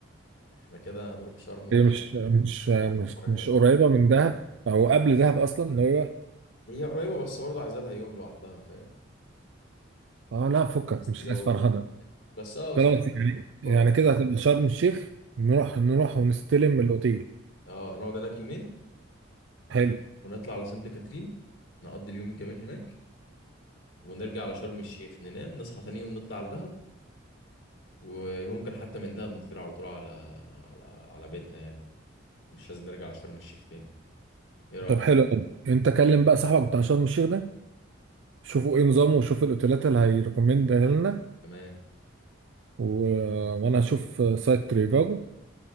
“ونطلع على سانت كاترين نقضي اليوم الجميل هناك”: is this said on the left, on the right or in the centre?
Left